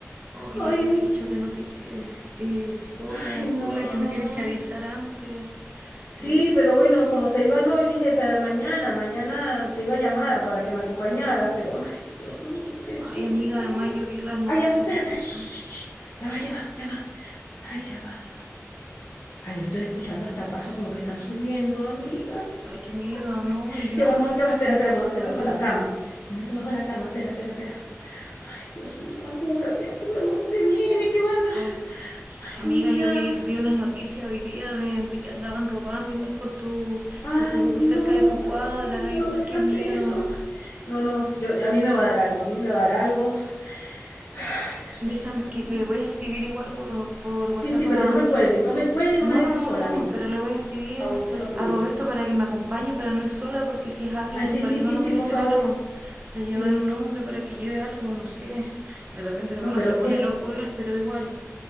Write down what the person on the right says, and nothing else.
ay,
yo te he dicho que no te quedes eh, sola,
sola,
que me
tienes
que avisar antes.
Eh,
Ay, amiga, además
yo vi las noticias.
de-
Ay,
ay, qué
miedo,
¿no?
Y yo
me
paso
rollo.
Ay,
amiga,
yo vi, vi unas noticias hoy día de, de que andaban robando igual por tu,
por tu,
cerca de tu cuadra.
Ay, Igual,
qué miedo.
Déjame,
que
le voy a escribir igual por, por WhatsApp
a,
No,
no, no,
no,
pero le voy a escribir
a Roberto para que me acompañe, para no ir sola, porque si es alguien,
para
que
no nos
vaya
a hacer
algo, para llevar
un hombre, para que lleve algo, no sé. De repente,
bueno,
se
pone
loco él, pero igual.